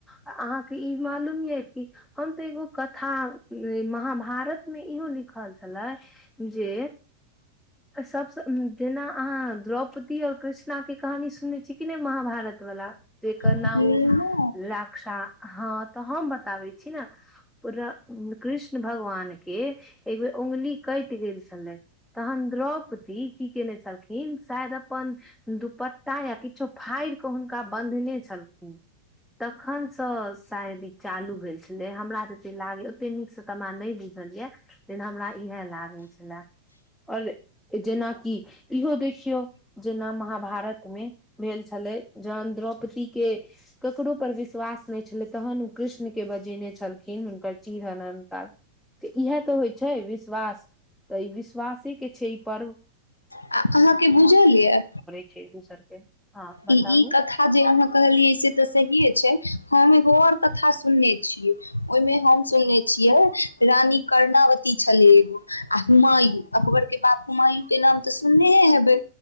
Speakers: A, in the centre; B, on the left.
A: अहाँके ई मालूम यए कि हम तऽ एगो कथा महाभारत मे इहो लिखल छलै जे सब जेना अहाँ द्रॉप पति और कृष्णा के कहानी सुनने छी कि नहि महाभारत वाला जेकर ना
B: नहि
A: राक्षा हँ तऽ हम बताबे छी ने पूरा कृष्ण भगवाने के एक बेर उंगली कटि गेल छलै तहन द्रौपदी की केने छलखिन शायद अपन दुपट्टा या किछो फाड़ि के हुनका बन्धने छलखिन तखन से शायद ई चालू भेल छलै हमरा जते लागय ओते नीक से तऽ हमरा नहि बुझल या लेकिन हमरा इहे लागे छले आओर जेनाकि इहो देखियौ जेना महाभारतमे भेल छलै जहन द्रौपदीे के करोपर विश्वास नहि छलै तखन ओ कृष्णके बजेने छलखिन हुनकर चिर हरणक तऽ इएह तऽ होइ छै विश्वास तऽ ई विश्वासेके छै पर्
B: आ अहाँके बुझल ये
A: छै एक दोसर के हँ बताबू
B: ई कथा जे अहाँ कहलियै से तऽ सहिेये छै होमे ओर कथा सुनने छियै ओहिमे हम सुनने छियै रानी कर्णावती छले एगो आ हुमायू अकबर के बाप हुमायू के नाम तऽ सुननेहे हेबे